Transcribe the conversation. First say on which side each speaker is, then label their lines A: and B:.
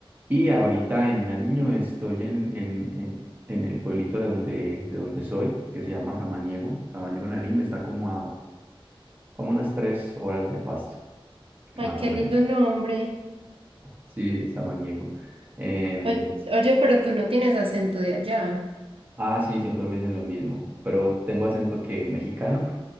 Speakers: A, on the right; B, on the right.
A: Y ahorita en Nariño estoy en, en, en, en el pueblito de donde, de donde soy, que se llama Samaniego. Samaniego Nariño está como a como unas tres horas de Pasto,
B: Ay,
A: más
B: qué
A: o menos.
B: lindo nombre.
A: Sí, Samaniego. Em,
B: Oy- Oye, pero tú no tienes acento de allá.
A: ah, sí, siempre me dicen lo mismo, pero tengo acento que mexicano.